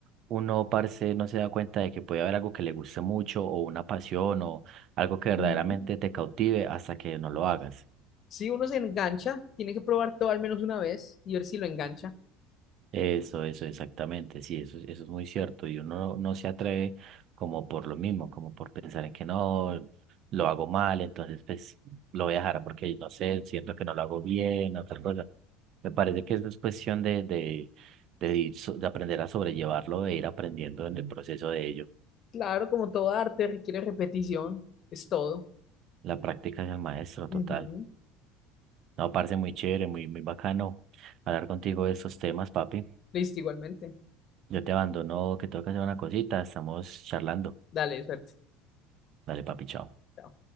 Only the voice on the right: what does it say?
uno, parce, no se da cuenta de que puede haber algo que le guste mucho o una pasión o algo que verdaderamente
te cautive hasta que no lo hagas.
Eso, eso, exactamente, sí, eso, eso es muy cierto. Y uno no, no se atreve como por lo mismo, como por pensar en que no, lo hago mal, entonces pues lo voy a dejar porque no sé, siento que no lo hago bien, otra cosa. Me parece que eso es cuestión de, de, de, ir so- de aprender a sobrellevarlo, de ir aprendiendo en el proceso de ello.
La práctica es el maestro, total.
No, parce, muy chévere, muy, muy bacano hablar contigo de estos temas, papi.
Yo te abandono, que tengo que hacer una cosita, estamos charlando.
Dale, papi, chao.